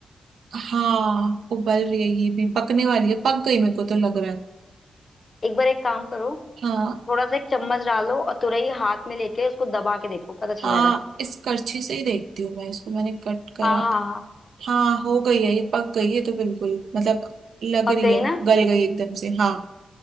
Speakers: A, on the right; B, on the left.
A: हाँ उबल रही है ये भी पकने वाली है पक गई मेरे को तो लग रहा है
B: एक बार एक काम करो
A: हाँ
B: थोड़ा सा एक चम्मच डालो और तुरई हाथ में लेके उसको दबा के देखो पता चल
A: हाँ
B: जाएगा
A: इस करछी से ही देखती हूँ मैं इसको मैंने कट करा
B: हाँ हाँ हाँ
A: हाँ हो गई है ये पक गई है तो बिल्कुल मतलब लग
B: पक
A: रही
B: गई
A: है
B: ना
A: गल गई एकदम से हाँ